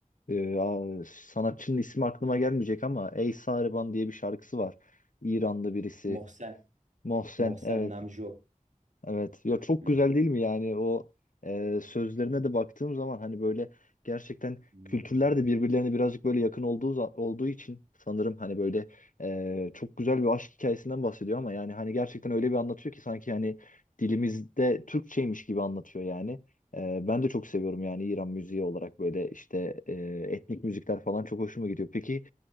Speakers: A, on the left (about 70°); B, on the right (about 60°).
A: e, a- sanatçının ismi aklıma gelmeyecek ama Ey Sariban diye bir şarkısı var İranlı birisi.
B: Mohsen,
A: Mohsen,
B: Mohsen
A: evet.
B: Namjo.
A: Evet ya çok
B: Hı
A: güzel
B: hı.
A: değil mi yani o e, sözlerine de baktığım zaman hani böyle gerçekten
B: Hmm.
A: kültürler de birbirlerine birazcık böyle yakın olduğu za- olduğu için sanırım hani böyle e, çok güzel bir aşk hikayesinden bahsediyor ama yani hani gerçekten öyle bir anlatıyor ki sanki hani dilimizde Türkçeymiş gibi anlatıyor yani. E, ben de çok seviyorum yani İran müziği olarak böyle işte e, etnik müzikler falan çok hoşuma gidiyor. Peki